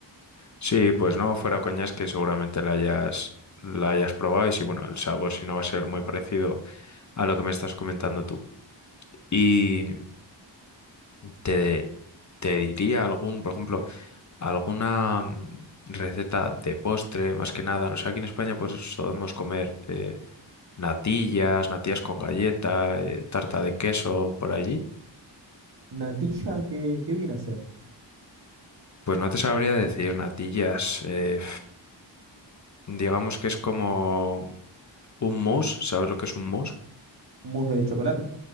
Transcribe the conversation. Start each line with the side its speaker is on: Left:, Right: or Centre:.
Left: Sí, pues no, fuera coñas que seguramente la hayas, la hayas probado y si bueno, el sabor si no va a ser muy parecido a lo que me estás comentando tú. Y te, te diría algún, por ejemplo, alguna mm, receta de postre, más que nada. No sé, aquí en España pues solemos comer eh, natillas, natillas con galleta, eh, tarta de queso por allí.
Right: Natilla, ¿qué, qué viene a ser?
Left: Pues no te sabría decir natillas. eh, digamos que es como un mousse, ¿sabes lo que es un mousse?
Right: Mousse de chocolate.